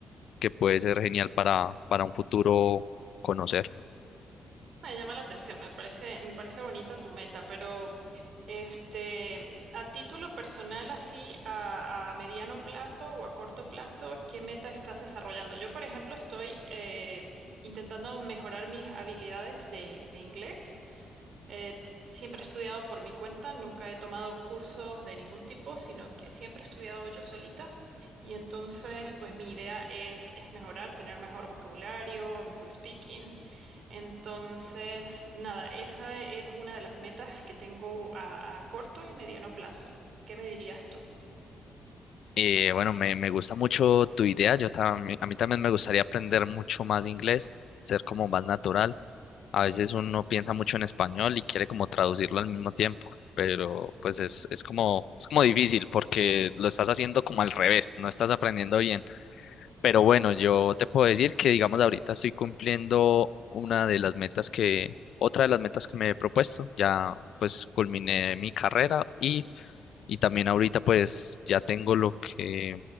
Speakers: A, on the left; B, on the right.
A: que puede ser genial para, para un futuro conocer.
B: Me llama la atención, me parece, me parece bonita tu meta, pero este, a título personal, así a, a mediano plazo o a corto plazo, ¿qué meta estás desarrollando? Yo, por ejemplo, estoy eh, intentando mejorar mis habilidades de, de inglés. Eh, siempre he estudiado por mi cuenta, nunca he tomado cursos de ningún tipo, sino que siempre he estudiado yo solita. Y entonces, pues mi idea es, es mejorar, tener mejor vocabulario, mejor speaking. Entonces, nada, esa es una de las metas que tengo a, a corto y mediano plazo. ¿Qué me dirías tú?
A: Eh, bueno, me, me gusta mucho tu idea. Yo también, a mí también me gustaría aprender mucho más inglés, ser como más natural. A veces uno piensa mucho en español y quiere como traducirlo al mismo tiempo, pero pues es, es como, es como difícil porque lo estás haciendo como al revés, no estás aprendiendo bien. Pero bueno, yo te puedo decir que digamos ahorita estoy cumpliendo una de las metas que, otra de las metas que me he propuesto. Ya pues culminé mi carrera y y también ahorita pues ya tengo lo que,